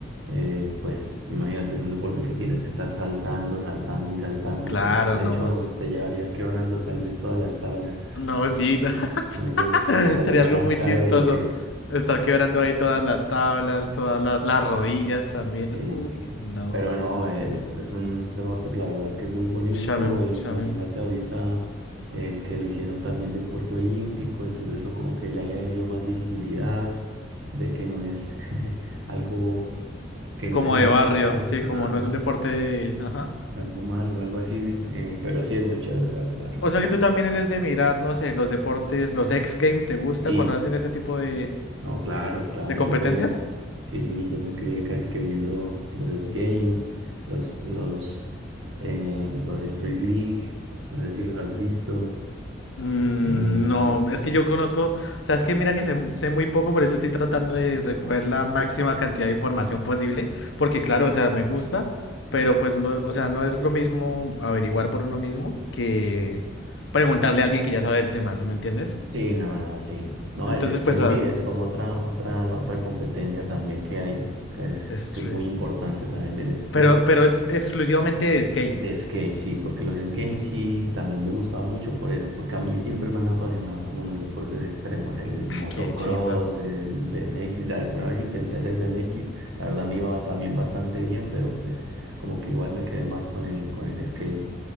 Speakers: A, on the right; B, on the left.
A: eh, pues imagínate, es un deporte que tienes que estar saltando, saltando y saltando,
B: claro,
A: pues de
B: nomás,
A: hecho te llevarías quebrando tal vez todas las tablas.
B: no, sí, no. <laughs>
A: Entonces, pues, saldría
B: Sería algo
A: más
B: muy
A: caro
B: chistoso
A: de lo que es.
B: estar quebrando ahí todas las tablas, todas las, las rodillas también,
A: sí.
B: uy, no,
A: Pero no, eh, es, es un deporte que la verdad que es muy bonito.
B: Ush, a mí-
A: Imagínate
B: ush, a mí-
A: ahorita eh, que lo hicieron también deporte olímpico, entonces eso como que ya le dio más visibilidad de que no es <laughs> algo, que no
B: como
A: es un
B: de
A: deporte,
B: barrio, sí,
A: ajá,
B: como no es un deporte, ajá.
A: algo malo o algo así. eh, pero sí es muy chévere, la verdad. la
B: O
A: verdad.
B: sea que tú también eres de mirar, no sé, los deportes, los X Games, ¿te gusta
A: Sí.
B: cuando hacen ese tipo de,
A: No, claro, claro,
B: de competencias?
A: yo creo. Sí, sí, yo me crié casi que viendo los X Games, los, los, eh, los Street League, no sé si los has visto.
B: Mm,
A: eh,
B: no, es que yo conozco, o sea, es que mira que sé, sé muy poco, por eso estoy tratando de recoger la máxima cantidad de información posible, porque claro, o sea, me gusta, pero pues no, o sea, no es lo mismo averiguar por uno mismo que preguntarle a alguien que ya sabe del tema, ¿sí me entiendes?
A: sí, no, no, sí. No,
B: Entonces,
A: el Street
B: pues,
A: League
B: ah,
A: es como otra, otra, otra competencia también que hay, que es,
B: este,
A: que es muy importante también del skate.
B: pero, pero es exclusivamente de skate.
A: De skate, sí, porque los skates sí también me gustaba mucho por eso, porque a mí siempre me han apasionado como los deportes extremos, el
B: Ah,
A: motocross,
B: qué chimba.
A: el BMX, alguna vez intenté hacer BMX, la verdad me iba también bastante bien, pero pues como que igual me quedé más con el, con el skate.